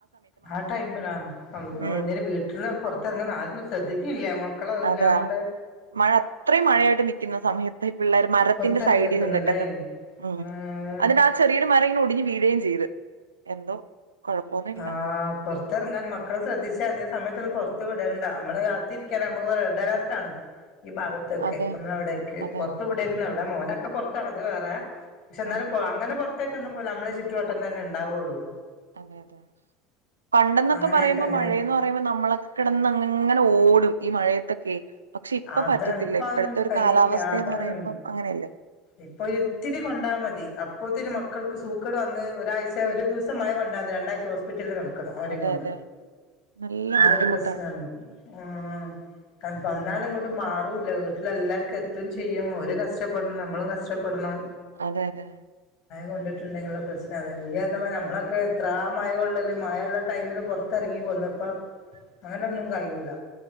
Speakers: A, on the left; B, on the right.
A: ആ ടൈമിലാ അള്ളോ
B: ഉം
A: ഇനി വീട്ടിന്ന് പൊറത്തെറങ്ങുന്ന ആരന്ന് ശ്രദ്ധിക്കില്ല മ ക്കളെല്ലാം
B: അതാ
A: കൂടെ
B: മഴ അത്രയും മഴയായിട്ട് നിക്കുന്ന സമയത്ത് പിള്ളേര് മരത്തിന്റെ
A: പുറത്തിറങ്ങി
B: സൈഡിൽ
A: നിക്കുന്നുല്ലേ
B: നിന്നിട്ടൊക്കെ ഉം
A: ആഹ്
B: അതിന്റെ ആ ചെറിയൊരു മരങ്ങനെ ഒടിഞ്ഞ് വീഴേം ചെയ്ത് എന്തോ കുഴപ്പമൊന്നുമില്ല
A: ആ പൊറത്തെറങ്ങാൻ മക്കളെ ശ്രദ്ധിച്ച അതേ സമയത്തൊന്നും പൊറ ത്ത് വിടണ്ട നമ്മള് കാത്തിരിക്കാന നമുക്ക് റെഡ് അലർട്ടാണ് ഈ ഭാഗത്തൊക്കെ
B: അതെ
A: മ്മളെ അവിടേക്ക്
B: അതെ
A: പൊറത്ത് വിടരുതെന്നാ ഇവിടെ മോനൊക്കെ പൊറത്താണ് അത് വേറെ പക്ഷെ ന്നാലും
B: ആ
A: പോ അങ്ങനെ പൊറത്തേക്കൊന്നും പോവുല മ്മളെ ചുറ്റുവട്ടം തന്നെണ്ടാവൊള്ളൂ
B: അതെയതെ പണ്ടെന്നൊക്കെ
A: അങ്ങനായിട്ട്
B: പറയുമ്പോ
A: അങ്ങനെ
B: മഴയന്ന് പറയുമ്പോ നമ്മളൊക്കെ കെടന്ന് അങ്ങനെ ഓ ടും ഈ മഴയത്തൊക്കെ പക്ഷെ ഇപ്പ
A: അതാണ്
B: പറ്റത്തില്ല
A: ഇപ്പ
B: ഇപ്പഴത്തെ
A: അതിനൊന്നും
B: ഒരു
A: കഴിയില്ല
B: കാലാവസ്ഥയെന്ന്
A: അതാണ്
B: പറയുമ്പം അങ്ങനെയല്ലേ
A: ഇപ്പൊ ഇത്തിരി കൊണ്ടാ മതി അപ്പോത്തിരി മ മക്കൾക്ക് സൂക്കേട് വന്ന് ഒരാഴ്ച ഒരു ദിവസം മഴ കൊണ്ടാ മതി രണ്ടാഴ്ച ഹോസ്പിറ്റലിൽ നട ക്കണം അവരെം
B: അതെ
A: കൊണ്ട്
B: അതെ നല്ല
A: ആ
B: ബുദ്ധിമുട്ടാണ്
A: ഒരു പ്രശ്നാണ് ആ <unintelligible> മാറൂല്ല വീട്ടില് എല്ലാവർക്കും എത്തും ചെയ്യും ഓരും കഷ്ടപ്പെടണം നമ്മളും കഷ്ടപ്പെടണം
B: അതെ അതെ
A: കൊണ്ടിട്ടുണ്ടെങ്കിലെ പ്രശ്നം അതാ നീ പറഞ്ഞ പോലെ നമ്മളൊക്കെ എത്രാ മഴ കൊള്ളല് മഴയുള്ള ടൈമില് പൊറത്തിറങ്ങി പോന്നപ്പം അങ്ങനെ ഒന്നും കയ്യൂല